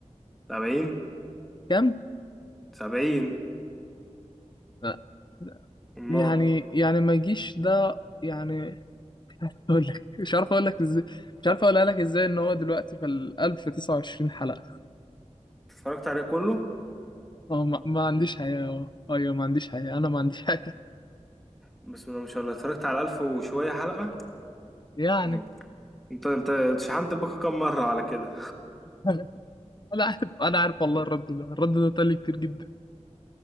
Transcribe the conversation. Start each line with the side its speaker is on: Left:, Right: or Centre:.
Centre: سبعين
Left: كام
Centre: سبعين
Left: لا.
Centre: امال
Left: يعني يعني ما يجيش ده يعني اقول لك مش عارف اقول لك ازاي مش عارف اقولها لك ازاي ان هو دلوقتي في ال 1029 حلقة
Centre: اتفرجت عليه كله
Left: اه ما, ما عنديش حياة اه ايوه ما عنديش حياة انا ما عنديش حياة <laughs>
Centre: بسم الله ما شاء الله اتفرجت على ألف وشوية حلقة
Left: يعني
Centre: مم. انت انت شحنت الباقة كام مرة على كده
Left: انا أنا عارف انا عارف والله الرد ده الرد ده طلع كتير جدا